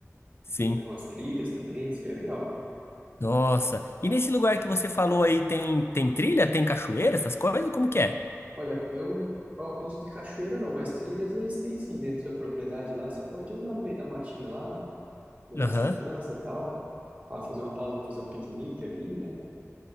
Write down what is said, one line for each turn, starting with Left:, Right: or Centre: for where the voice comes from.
Left: Sim.
Right: Fazendo umas trilhas também, isso aí é legal.
Left: Nossa. E nesse lugar que você falou aí, tem, tem trilha, tem cachoeira, essas coisas? Como que é?
Right: Olha, eu, eu acredito que cachoeira não, mas trilhas eles têm sim dentro da propriedade lá. Você pode andar no meio da matinha lá, levar
Left: Aham.
Right: as crianças e tal, para fazer uma pausa, pra fazer um piquenique ali, né?